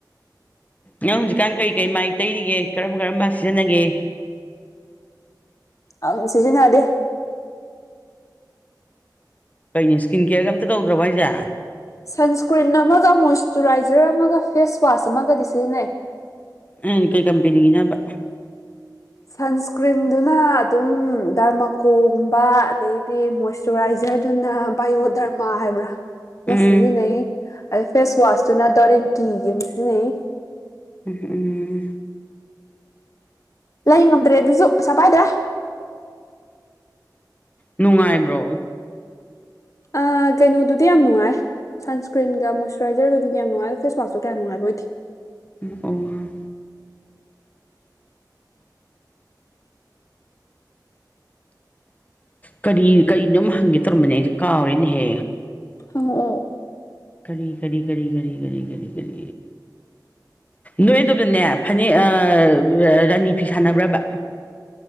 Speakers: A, on the left; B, on the left.
A: ꯅꯪ ꯍꯧꯖꯤꯛꯀꯥꯟ ꯀꯩ ꯀꯩ ꯃꯥꯏ ꯇꯩꯔꯤꯒꯦ ꯀꯔꯝ ꯀꯔꯝꯕ ꯁꯤꯖꯤꯟꯅꯒꯦ
B: ꯑꯪ ꯁꯤꯖꯤꯟꯅꯗꯦ
A: ꯀꯩꯅꯤ ꯁ꯭ꯀꯤꯟ ꯀꯦꯔꯒ ꯑꯝꯇ ꯇꯧꯗ꯭ꯔꯕ ꯑꯩꯁꯦ
B: ꯁꯟꯁꯀ꯭ꯔꯤꯟ ꯑꯃꯒ ꯃꯣꯏꯁꯆꯨꯔꯥꯏꯖꯔ ꯑꯃꯒ ꯐꯦꯁ ꯋꯥꯁ ꯑꯃꯒꯗꯤ ꯁꯤꯖꯤꯟꯅꯩ
A: ꯎꯝ ꯀꯩ ꯀꯝꯄꯅꯤꯒꯤꯅꯣ ꯍꯥꯢꯕ
B: ꯁꯟꯁꯀ꯭ꯔꯤꯟꯗꯨꯅ ꯑꯗꯨꯝ ꯗꯔꯃꯥꯀꯣꯒꯨꯝꯕ ꯑꯗꯩꯗꯤ ꯃꯣꯏꯔ ꯁꯨꯔꯥꯏꯖꯔꯗꯨꯅ ꯕꯥꯏꯑꯣ ꯗꯔꯃꯥ ꯍꯥꯏꯕ꯭ꯔꯥ ꯃ
A: ꯎꯝ
B: ꯁꯤꯖꯤꯟꯅꯩ ꯑꯗꯩ ꯐꯦꯁ ꯋꯥꯁꯇꯨꯅ ꯗꯣꯔꯦꯟ ꯀꯤꯒꯤ ꯑꯃ ꯁꯤꯖꯤꯟꯅꯩ
A: ꯎꯝ ꯎꯝ ꯎꯝ
B: ꯂꯩ ꯉꯝꯗ꯭ꯔꯦ ꯑꯗꯨꯁꯨ ꯄꯩꯁꯥ ꯄꯥꯏꯗ꯭ꯔꯦ
A: ꯅꯨꯡꯉꯥꯏꯕ꯭ꯔꯣ
B: ꯑ ꯀꯩꯅꯣꯗꯨꯗꯤ ꯌꯥꯝ ꯅꯨꯡꯉꯥꯏ ꯁꯟꯁꯀ꯭ꯔꯤꯟꯒ ꯃꯣꯏꯁꯆꯨꯔꯥꯏꯖꯔꯒ ꯑꯗꯨꯗꯤ ꯌꯥꯝ ꯅꯨꯉꯥꯏ ꯐꯦꯋꯥꯁꯇꯣ ꯀꯌꯥ ꯅꯨꯡꯉꯥꯏ ꯑꯣꯏꯗꯦ
A: ꯎꯝ ꯑꯣ ꯀꯔꯤ ꯀꯔꯤꯅꯣꯝ ꯍꯪꯒꯦ ꯇꯧꯔꯝꯕꯅꯦ ꯑꯩꯁꯦ ꯀꯥꯎꯔꯦꯅꯦꯍꯦ
B: ꯍꯪꯉꯛꯑꯣ
A: ꯀꯔꯤ ꯀꯔꯤ ꯀꯔꯤ ꯀꯔꯤ ꯀꯔꯤ ꯀꯔꯤ ꯀꯔꯤ ꯅꯣꯏ ꯑꯗꯨꯗꯅꯦ ꯐꯅꯦꯛ ꯑꯥ ꯔꯥꯅꯤ ꯐꯤ ꯁꯥꯟꯅꯕ꯭ꯔꯕ